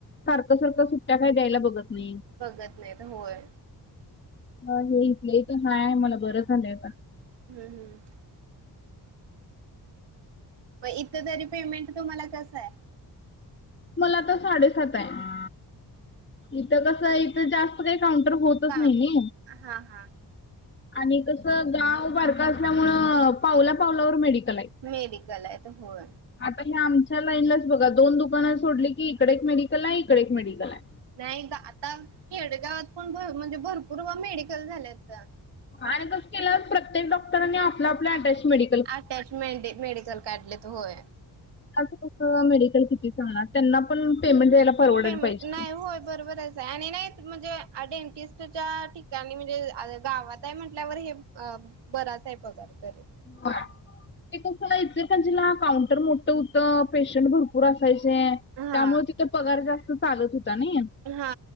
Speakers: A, on the left; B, on the right.
A: सारखं सारखं सुट्ट्या काय द्यायला बघत नाही.
B: बघत नाहीत होय.
A: ह हे इथल्या इथं हाय आहे मला बरं झालंय आता.
B: हम्म, हम्म. मग इथं तरी पेमेंट तुम्हाला कसं आहे?
A: मला आता साडेसात आहे. इथं कसं आहे इथं जास्त काही काउंटर होत तच
B: का
A: नाही.
B: हा हा
A: आणि कसं गाव बारक असल्यामुळं पावला पावलावर मेडिकल आहेत.
B: मेडिकल आहेत होय.
A: आता हे आमच्या लाईनलाच बघा दोन दुकानं सोडली की, इकडं एक मेडिकल आहे, इकडं एक मेडिकल आहे.
B: नाही आता खेडगावात पण म्हणजे भरपूर ओ मेडिकल झाल्याता.
A: आणि कसं केल्यात प्रत्येक डॉक्टरांनी आपला आपला अटॅच मेडि
B: अटॅच मेडि-मेडिकल काढल्यात होय.
A: असं कस मेडिकल किती चालणार त्यांना पण पेमेंट द्यायला परवडायला
B: पेमेंट
A: पाहिजे
B: नाही
A: की.
B: होय बरोबर आहे. आणि नाही म्हणजे डेंटिस्टच्या ठिकाणी म्हणजे आ गावात आहे म्हंटल्यावर हे अ बराच आहे पगार तरी.
A: होय. ते कसं इचलकरंजीला काउंटर मोठं होतं. पेशंट भर पूर असायचे
B: हा
A: त्यामुळे तिथं पगार जास्त चालत होता नई.
B: हा